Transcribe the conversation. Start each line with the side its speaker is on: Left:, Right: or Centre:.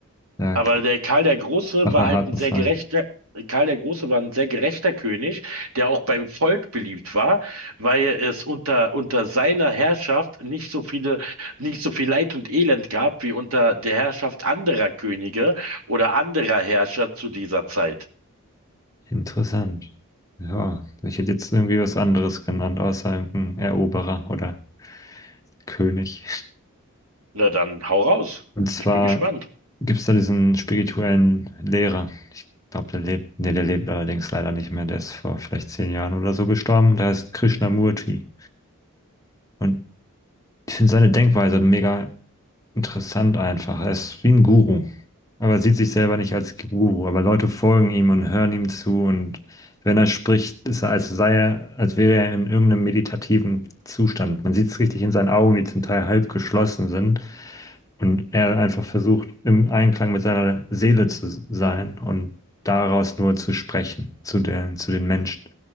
Left: Ja,
Right: Aber
Left: Krieg
Right: der Karl der Große
Left: nach
Right: war
Left: einer
Right: halt
Left: harten
Right: ein sehr
Left: Zeit.
Right: gerechter, Karl der Große war ein sehr gerechter König, der auch beim Volk beliebt war, weil es unter, unter seiner Herrschaft nicht so viele, nicht so viel Leid und Elend gab wie unter der Herrschaft anderer Könige oder anderer Herrscher zu dieser Zeit.
Left: Interessant. Ja, ich hätte jetzt irgendwie was anderes genannt, außer irgendein Eroberer oder König.
Right: Na dann, hau raus.
Left: Und zwar
Right: Ich bin gespannt.
Left: Gibt es da diesen spirituellen Lehrer? Ich glaube, der lebt, nee, der lebt allerdings leider nicht mehr. Der ist vor vielleicht zehn Jahren oder so gestorben. Der heißt Krishnamurti. Und ich finde seine Denkweise mega Interessant einfach. Er ist wie ein Guru. Aber sieht sich selber nicht als Guru. Aber Leute folgen ihm und hören ihm zu. Und wenn er spricht, ist er, als sei er, als wäre er in irgendeinem meditativen Zustand. Man sieht es richtig in seinen Augen, die zum Teil halb geschlossen sind. Und er einfach versucht, im Einklang mit seiner Seele zu sein und daraus nur zu sprechen zu der, zu den Menschen.